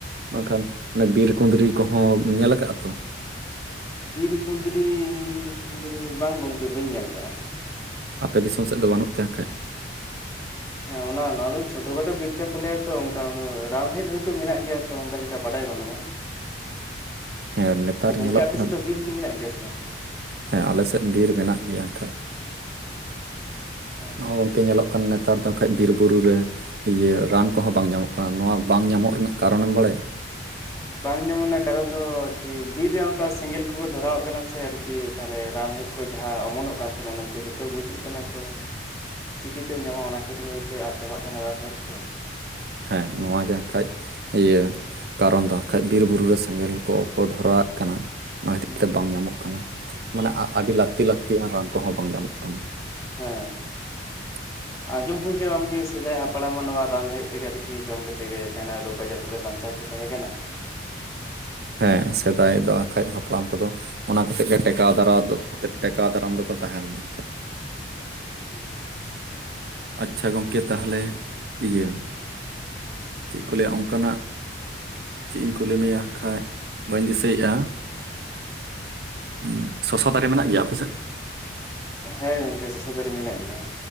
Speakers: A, on the left; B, on the right.
A: ᱦᱳᱭ
B: ᱵᱟᱝᱠᱷᱟᱱ ᱚᱱᱮ ᱵᱤᱨ ᱠᱩᱸᱫᱽᱨᱤ ᱠᱚᱦᱚᱸ ᱧᱮᱞᱟ ᱟᱠᱟᱜᱼᱟ ᱛᱚ᱾
A: ᱵᱤᱨ ᱠᱩᱸᱫᱽᱨᱤ, ᱵᱤᱨ ᱠᱩᱸᱫᱽᱨᱤ ᱵᱟᱝ ᱜᱚᱝᱠᱮ ᱵᱟᱹᱧ ᱧᱮᱞ ᱟᱠᱟᱟᱜᱼᱟ?
B: ᱟᱯᱮ ᱫᱤᱥᱚᱢ ᱥᱮᱫ ᱫᱚ ᱵᱟᱹᱱᱩᱜ ᱛᱮ ᱮᱱᱠᱷᱟᱡ?
A: ᱦᱮᱸ ᱚᱱᱟ᱾ ᱚᱱᱟ ᱫᱚ ᱪᱷᱚᱴᱚ ᱠᱷᱟᱴᱚ ᱵᱤᱴ ᱠᱟᱱ ᱛᱟᱞᱮᱭᱟ ᱛᱚ᱾ ᱚᱱᱠᱟ ᱚᱱᱟ ᱨᱟᱱᱦᱮᱫ ᱦᱳᱭᱛᱳ ᱢᱮᱱᱟᱜ ᱜᱮᱭᱟ᱾ ᱛᱚ ᱚᱱᱠᱟ ᱞᱮᱠᱟ ᱵᱟᱰᱟᱭ ᱵᱟᱹᱱᱩᱜᱼᱟ᱾
B: ᱦᱮᱸ ᱱᱮᱛᱟᱨ
A: ᱛᱚ ᱜᱚᱝᱠᱮ
B: ᱧᱮᱞᱚᱜ
A: ᱟᱯᱮ
B: ᱠᱟᱱᱟ
A: ᱥᱮᱫ ᱫᱚ ᱵᱤᱨ ᱠᱚ ᱢᱮᱱᱟᱜ ᱜᱮᱭᱟ ᱥᱮ ᱵᱟᱝ?
B: ᱦᱮᱸ ᱟᱞᱮᱥᱮᱫ ᱵᱤᱨ ᱢᱮᱱᱟᱜ ᱜᱮᱭᱟ᱾ ᱠᱷᱟᱡ
A: ᱚ
B: ᱱᱚᱜᱼᱚᱭ ᱜᱚᱝᱠᱮ ᱧᱮᱞᱚᱜ ᱠᱟᱱ ᱱᱮᱛᱟᱨ ᱫᱚ ᱠᱷᱟᱡ ᱵᱤᱨ ᱵᱩᱨᱩ ᱨᱮ ᱤᱭᱟᱹ ᱨᱟᱱ ᱠᱚᱦᱚᱸ ᱵᱟᱝ ᱧᱟᱢᱚᱜ ᱠᱟᱱᱟ ᱱᱚᱣᱟ ᱵᱟᱝ ᱧᱟᱢᱚᱜ ᱨᱮᱱᱟᱜ ᱠᱟᱨᱚᱱᱢ ᱵᱟᱰᱟᱭᱟ
A: ᱵᱟᱝ ᱧᱟᱢᱚᱜᱱᱟ ᱠᱟᱨᱚᱱ ᱫᱚ ᱟᱨᱠᱤ ᱵᱤᱨ ᱨᱮ ᱚᱱᱠᱟ ᱥᱮᱸᱜᱮᱞ ᱠᱚᱠᱚ ᱫᱷᱚᱨᱟᱣᱟᱜ ᱠᱟᱱᱟ ᱥᱮ ᱟᱨᱠᱤ ᱛᱟᱦᱚᱞᱮ ᱨᱟᱱᱦᱚ ᱠᱚ ᱡᱟᱦᱟᱸ ᱚᱢᱚᱱᱚᱜ ᱠᱟᱱ ᱛᱟᱦᱮᱱᱟ ᱚᱱᱟ ᱠᱚ ᱡᱚᱛᱚ ᱜᱩᱡᱩᱜ ᱠᱟᱱᱟ ᱛᱚ ᱪᱤᱠᱟᱹᱛᱮᱢ ᱧᱟᱢᱟ ᱚᱱᱟ ᱠᱷᱟᱹᱛᱤᱨ ᱜᱮ ᱦᱚᱭ ᱟᱫ ᱪᱟᱵᱟᱜ ᱠᱟᱱᱟ ᱨᱟᱱ ᱴᱷᱮᱫ ᱠᱚ
B: ᱦᱮᱸ ᱱᱚᱣᱟ ᱜᱮ ᱠᱷᱟᱡ ᱤᱭᱟᱹ ᱠᱟᱨᱚᱱ ᱫᱚ ᱵᱟᱠᱷᱟᱡ ᱵᱤᱨᱼᱵᱩᱨᱩ ᱨᱮ ᱥᱮᱸᱜᱮᱞ ᱠᱚᱠᱚ ᱫᱷᱚᱨᱟᱣᱟᱜ ᱠᱟᱱᱟ᱾ ᱚᱱᱟ ᱦᱚᱛᱤᱨ
A: ᱦᱩᱸ
B: ᱛᱮ ᱵᱟᱝ ᱧᱟᱢᱚᱜ ᱠᱟᱱᱟ᱾ ᱢᱟᱱᱮ
A: ᱦᱩᱸ
B: ᱟᱹᱰᱤ ᱞᱟᱹᱠᱛᱤ ᱞᱟᱹᱠᱛᱤᱭᱟᱱ ᱨᱟᱱ ᱠᱚᱦᱚᱸ ᱵᱟᱝ ᱧᱟᱢᱚᱜ ᱠᱟᱱᱟ᱾
A: ᱦᱮᱸ᱾
B: <inaudible>
A: ᱟᱸᱡᱚᱢ ᱦᱩᱭ ᱜᱮᱭᱟᱢ ᱟᱢᱜᱮ, ᱥᱮᱫᱟᱭ ᱦᱟᱯᱲᱟᱢᱣᱟᱜ ᱱᱚᱣᱟ ᱨᱟᱱ ᱨᱮᱦᱮᱫ ᱛᱮᱜᱮ ᱟᱨᱠᱤ ᱡᱚᱢ ᱠᱟᱛᱮ ᱜᱮ ᱡᱟᱦᱱᱟᱜ ᱨᱳᱜᱽ ᱟᱡᱟᱨ ᱠᱚᱨᱮ ᱵᱟᱧᱪᱟᱣ ᱠᱚ ᱛᱟᱦᱮᱸ ᱠᱟᱱᱟ᱾
B: ᱦᱮᱸ ᱥᱮᱫᱟᱭ ᱫᱚ ᱟᱠᱷᱟᱡ ᱦᱟᱯᱲᱟᱢ ᱠᱚᱫᱚ ᱚᱱᱟ ᱠᱚᱛᱮ ᱜᱮ ᱴᱮᱠᱟᱣ ᱫᱟᱨᱟᱣ ᱫᱚ ᱴᱮᱠ ᱴᱮᱠᱟ ᱫᱟᱨᱟᱢ ᱫᱚᱠᱚ ᱛᱟᱦᱮᱸ ᱠᱷᱟᱡ᱾
A: ᱦᱩᱸ᱾
B: ᱟᱪᱪᱷᱟ ᱜᱚᱝᱠᱮ ᱛᱟᱦᱞᱮ ᱤᱭᱟᱹ, ᱪᱮᱫ ᱠᱚ ᱞᱟᱹᱭᱟ ᱚᱱᱠᱟᱱᱟᱜ ᱪᱮᱫ ᱤᱧ ᱠᱩᱞᱤ ᱢᱮᱭᱟ ᱠᱷᱟᱡ ᱵᱟᱹᱧ ᱫᱤᱥᱟᱹᱭᱮᱫᱼᱟ᱾ ᱩᱸ ᱥᱚᱥᱚ ᱫᱟᱨᱮ ᱢᱮᱱᱟᱜ ᱜᱮᱭᱟ ᱟᱯᱮ ᱥᱮᱫ?
A: ᱦᱮᱸ ᱜᱚᱝᱠᱮ ᱥᱚᱥᱚ ᱫᱟᱨᱮ ᱢᱮᱱᱟᱜ ᱜᱮᱭᱟ᱾